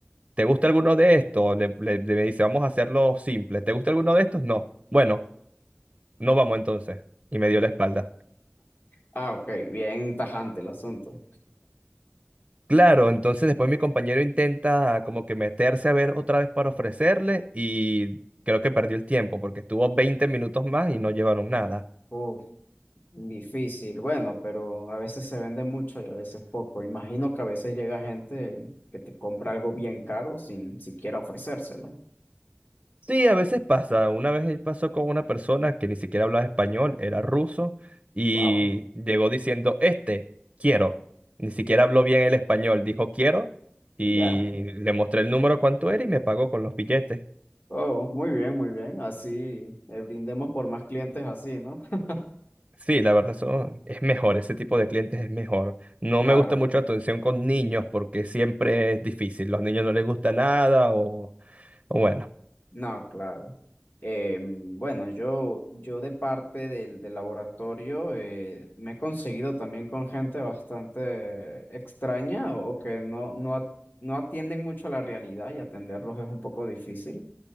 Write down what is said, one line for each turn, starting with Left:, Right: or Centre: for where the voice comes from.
Right: ¿te gusta alguno de estos? Le, le- le- me dice, vamos a hacerlo simple. ¿Te gusta alguno de estos? No. Bueno, no vamos entonces. Y me dio la espalda.
Left: Ah, ok, bien tajante el asunto.
Right: Claro, entonces después mi compañero intenta como que meterse a ver otra vez para ofrecerle y creo que perdió el tiempo porque estuvo 20 minutos más y no llevaron nada.
Left: Uf. Difícil, bueno, pero a veces se vende mucho y a veces poco. Imagino que a veces llega gente que te compra algo bien caro sin siquiera ofrecérselo.
Right: Sí, a veces pasa. Una vez pasó con una persona que ni siquiera hablaba español, era ruso, y
Left: Wow.
Right: llegó diciendo, este, quiero. Ni siquiera habló bien el español, dijo quiero, y
Left: Y ya.
Right: le mostré el número cuánto era y me pagó con los billetes.
Left: Oh, muy bien, muy bien. Así eh, brindemos por más clientes así, ¿no? <laughs>
Right: Sí, la verdad, eso es mejor, ese tipo de clientes es mejor. No
Left: Claro.
Right: me gusta mucho la atención con niños porque siempre es difícil. Los niños no les gusta nada o, o bueno,
Left: No, claro. Eh, bueno, yo, yo de parte del, del laboratorio eh, me he conseguido también con gente bastante extraña o que no, no, a- no atienden mucho a la realidad y atenderlos es un poco difícil.